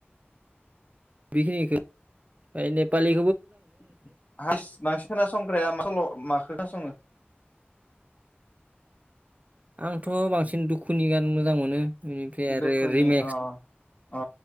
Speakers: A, on the right; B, on the left.
A: बेखिनिखौ <unintelligible> नेपालि
B: <unintelligible> बांसिन खोनासंग्राया मा सल'? माखौ खोनासङो?
A: आंथ' बांसिन दुखुनि गान मोजां मोनो। बेनिफ्राय आरो
B: दुखुनि
A: रिमेक्स
B: अ अ